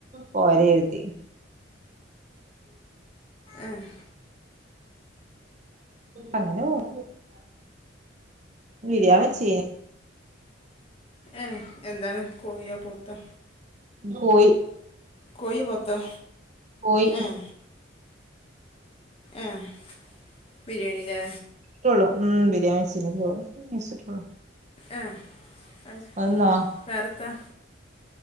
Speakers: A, on the right; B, on the left.
A: പോരാന്ന് കരുതി.
B: ഏഹ്
A: അങ്ങനെ പോണു ബിരിയാണി വച്ചു
B: ഏഹ് എന്താണ് കോയിയാ പോത്താ?
A: കോയി
B: കോയിയോ പോത്തോ
A: കോയി
B: ഏഹ് ആഹ് ബിരിയാണിലെ
A: മാത്രെ ഉള്ളു മ്മ് ബിരിയാണി കയിച്ചിട്ടുള്ളൂ
B: ഏ, അത്
A: വന്നോ
B: വേറെത്താ